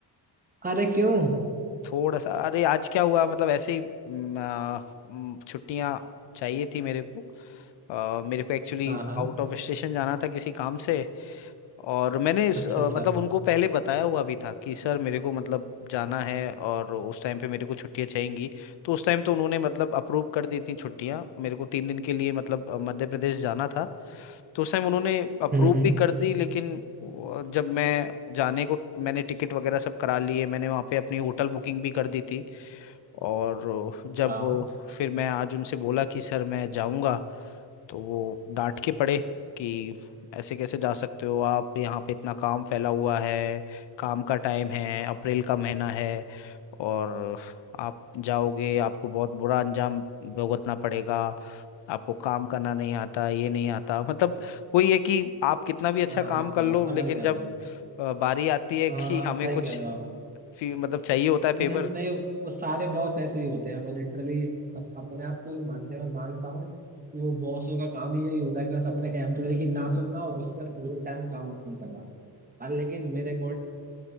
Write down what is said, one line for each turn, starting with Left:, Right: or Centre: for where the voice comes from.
Right: अरे क्यों
Left: थोड़ा सा अरे आज क्या हुआ मतलब ऐसे ही म, आ, म, छुट्टियां चाहिए थी मेरे को आ, मेरे को एक्चुअली
Right: हाँ हाँ
Left: आउट ऑफ स्टेशन जाना था किसी काम से और मैंने इस
Right: अच्छा
Left: अ,
Right: अच्छा
Left: मतलब उनको पहले बताया हुआ भी था कि सर मेरे को मतलब जाना है और उस टाइम पे मेरे को छुट्टियां चाहिएंगी तो उस टाइम तो उन्होंने मतलब अप्रूव कर दी थी छुट्टियां मेरे को तीन दिन के लिए मतलब अ, मध्य प्रदेश जाना था तो उस टाइम उन्होंने अप्रूव
Right: हम्म हम्म
Left: भी कर दी लेकिन वो- जब मैं जाने को मैंने टिकट वगैरह सब करा लिए मैंने वहाँ पे अपनी होटल बुकिंग भी कर दी थी और जब
Right: हाँ
Left: फिर मैं आज उनसे बोला कि सर मैं जाऊँगा तो वो डांट के पड़े कि ऐसे कैसे जा सकते हो आप यहाँ पे इतना काम फैला हुआ है काम का टाइम है अप्रैल का महीना है और आप जाओगे आपको बहुत बुरा अंजाम भुगतना पड़ेगा आपको काम करना नहीं आता ये नहीं आता <laughs> मतलब वही है कि आप कितना भी अच्छा
Right: हाँ हाँ
Left: काम
Right: हाँ
Left: कर लो
Right: समझ
Left: लेकिन
Right: गया
Left: जब
Right: मैं
Left: अ, बारी आती है
Right: हाँ
Left: कि
Right: हाँ
Left: हमें
Right: सही
Left: कुछ
Right: कह रहे हो आप
Left: फी- मतलब चाहिए होता है फेवर
Right: हम्म हम्म, नहीं वो सारे बॉस ऐसे ही होते हैं वो लिटरली बस अपने आप को ही मानते हैं मैं मानता हूँ कि वो बॉसों का काम ही यही होता है कि बस अपने एम्प्लॉय की ना सुनना और उससे पूरे टाइम काम नहीं करवाना पर लेकिन मेरे अकॉर्डिंग